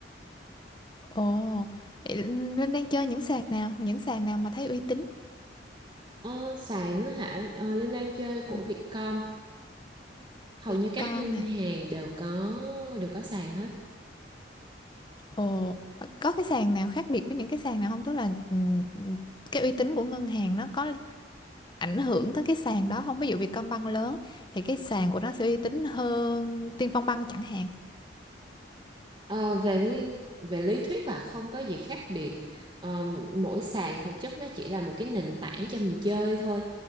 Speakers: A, on the left; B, on the right.
A: Ồ, vậy Linh đang chơi những sàn nào? Những sàn nào mà thấy uy tín?
B: Ờ, sàn á hả Ờ, Linh đang chơi của
A: Ừ.
B: Vietcom hầu
A: Vietcom
B: như các ngân
A: hả?
B: hàng đều có đều có sàn hết
A: Ồ, ờ, có cái sàn nào khác biệt với những cái sàn nào không? Tức là ừm, ừm, cái uy tín của ngân hàng nó có ảnh hưởng tới cái sàn đó không? Ví dụ Vietcombank lớn thì cái sàn của nó sẽ uy tín hơn Tiên Phong Bank chẳng hạn.
B: Ờ, về nguyên về lý thuyết là không có gì khác biệt Ờ, mỗi sàn thực chất nó chỉ là một cái nền tảng cho mình chơi thôi